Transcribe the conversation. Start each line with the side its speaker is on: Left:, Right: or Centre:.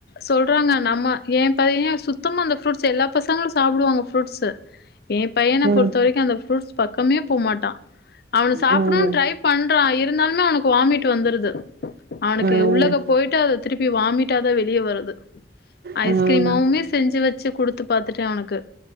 Left: சொல்றாங்க நம்ம ஏ பையன் சுத்தமா அந்த ஃப்ரூட்ஸ் எல்லா பசங்களு சாப்டுவாங்க ஃரூட்ஸ்ஸு ஏம் பையன
Right: ம்
Left: பொறுத்த வரைக்கு அந்த ரூட்ஸ் பக்கமே போ மாட்டா அவன சாப்டு
Right: ம்
Left: ட்ரை பண்றா இருந்தால்மே அவனுக்கு வாமிட் வந்துருது அவனுக்கு
Right: ம்
Left: உள்ளக போய்ட்டு அது திருப்பி வாமிட்டாதா வெளிய வருது
Right: ம்
Left: ஐஸ்கிரீமாவுமே செஞ்சு வச்சு குடுத்து பாத்துட்டே அவுனுக்கு